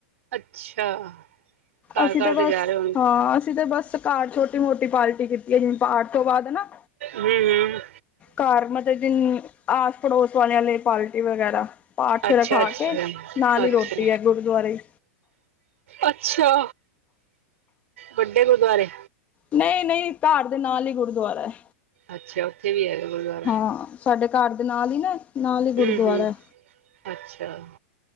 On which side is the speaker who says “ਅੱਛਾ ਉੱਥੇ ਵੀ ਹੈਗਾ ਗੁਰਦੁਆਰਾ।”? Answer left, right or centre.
Right